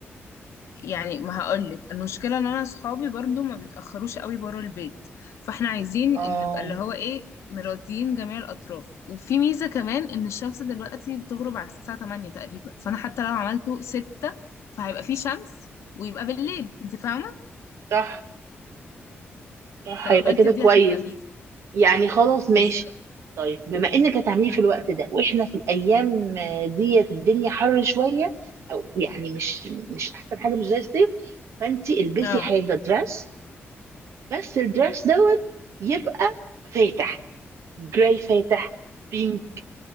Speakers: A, on the left; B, on the right.
A: يعني ما هقولك المشكله ان انا اصحابي برضو ما بيتاخروش قوي بره البيت فاحنا عايزين
B: اه
A: ان نبقى اللي هو ايه مراضيين جميع الاطراف وفي ميزه كمان ان الشمس دلوقتي بتغرب على الساعه 8 تقريبا فانا حتى لو عملته 6 فهيبقى في شمس ويبقى بالليل انت فاهمه
B: صح صح
A: فقلت
B: هيبقى كده
A: دي
B: كويس
A: هتبقى ميزه
B: يعني خلاص
A: بالظبط
B: ماشي طيب بما انك هتعمليه في الوقت ده واحنا في الايام آه، ديت الدنيا حر شويه او يعني مش مش احسن حاجه مش زي الصيف فانت البسي
A: اه
B: حاجه دراس بس الدراس دوت يبقى فاتح جراي فاتح بينك